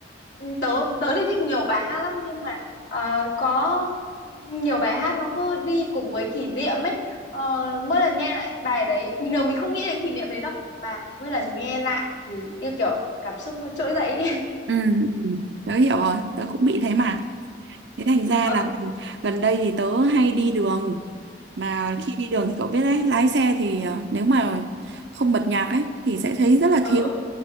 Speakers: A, on the left (about 75°); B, on the right (about 70°).
A: ừ, tớ tớ thì thích nhiều bài hát lắm nhưng mà ờ, có ừ, nhiều bài hát nó cứ đi cùng với kỷ niệm ấy Ờ, mỗi lần nghe lại bài đấy bình thường mình không nghĩ đến kỷ niệm đấy đâu mà mỗi lần nghe lại thì như kiểu cảm xúc nó trỗi dậy ấy.
B: Ừ, ừ, tớ hiểu rồi, tớ
A: <laughs>
B: cũng bị thế mà. Thế thành ra
A: Ừ.
B: là gần gần đây thì tớ hay đi đường, mà khi đi đường thì cậu biết đấy, lái xe thì ờ, nếu mà không bật nhạc ấy thì sẽ thấy rất là
A: ừ
B: thiếu.
A: ừ